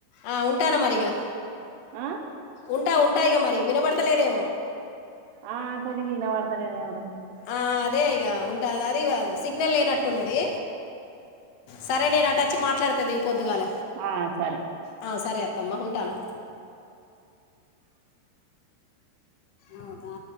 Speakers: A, on the left; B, on the right.
A: ఆ ఉంటనా మరి ఇగా
B: ఆ?
A: ఉంటా ఉంటా మరి వినబడతలేదేమో
B: ఆ కొదిగి ఇనవడతలేదేం రా
A: ఆ అదే ఇక ఉంటది అది సిగ్నల్ లేనట్టున్నది సరే నేను అటు వచ్చి మాట్లాడుతది పొద్దుగాల
B: ఆ, సరే
A: ఆ సరే అత్తమ్మా ఉంటానా అవుగా